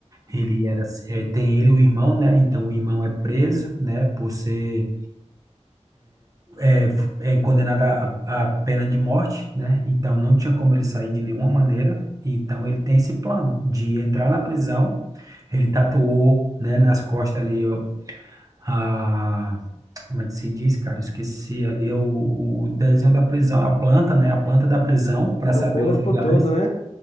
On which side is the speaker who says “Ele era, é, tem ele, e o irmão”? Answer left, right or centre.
Right